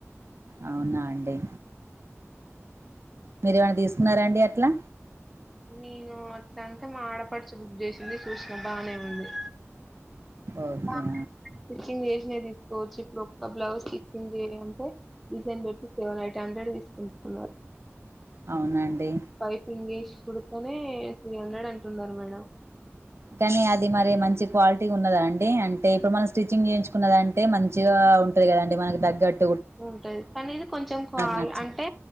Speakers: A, on the right; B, in the centre.
A: అవునా అండి మీరేమైనా తీసుకున్నారా అండి అట్లా.
B: నేను అత్తంతే ఆడపడుచు బుక్ చేసింది చూసిన బాగానే ఉంది.
A: ఓకే.
B: ఆ! స్టిచ్చింగ్ చేసినవి తీసుకోవచ్చు ఇప్పుడు ఒక్క బ్లౌజ్ స్టిచ్చింగ్ చేయు అంటే. డిజైన్ పెట్టి సెవెన్ ఎయిట్ హండ్రెడ్ తీసుకుంటున్నారు.
A: అవునండి.
B: పైపింగ్ వేసి కుడుతనే త్రీ హండ్రెడ్ అంటున్నారు మేడం.
A: కానీ అది మరి మంచి క్వాలిటీ ఉన్నదా అండి అంటే ఇప్పుడు మనం స్టిచ్చింగ్ చేయించుకున్నదంటే. అయితే మంచిగా ఉంటది కద అండి మనకి తగ్గట్.
B: ఉంటది కానీ ఇది కొంచెం కాల్
A: నచ్చి
B: అంటే.